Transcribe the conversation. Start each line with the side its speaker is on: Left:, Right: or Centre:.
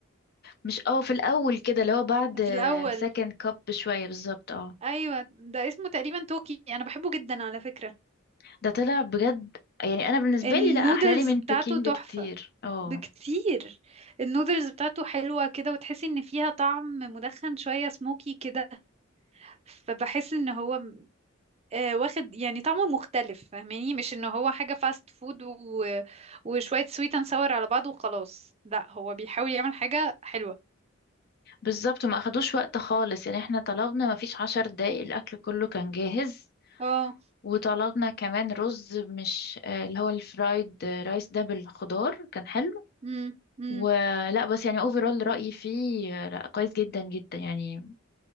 Left: مش اه في الاول كده اللي هو بعد
Right: في الاول
Left: سكند كاب بشويه بالظبط اه
Right: ايوه ده اسمه تقريبا توكي انا بحبه جدا على فكره
Left: ده طلع بجد يعني انا بالنسبه
Right: النودلز
Left: لي لا احلى لي من
Right: بتاعته
Left: بكين
Right: تحفه
Left: بكتير اه
Right: بكتير النودلز بتاعته حلوة كده وتحسي ان فيها طعم مدخن شوية سموكي كده فبحس ان هو م- آه واخد يعني طعمه مختلف فاهماني مش ان هو حاجة فاست فود و... وشوية سويت اند ساور على بعض وخلاص لا هو بيحاول يعمل حاجة حلوة
Left: بالظبط ما اخدوش وقت خالص يعني احنا طلبنا ما فيش عشر دقايق الاكل كله كان جاهز
Right: اه
Left: وطلبنا كمان رز مش آه، اللي هو الفرايد رايس ده بالخضار كان حلو
Right: امم امم
Left: ولا بس يعني اوفرول رأيي فيه آه، لا كويس جدا جدا يعني